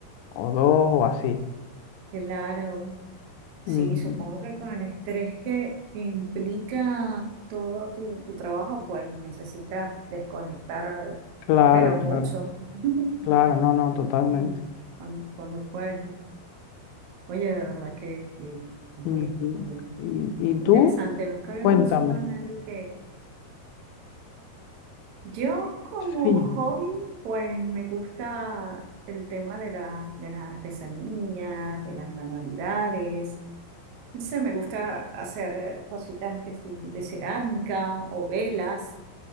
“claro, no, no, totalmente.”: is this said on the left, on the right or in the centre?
Left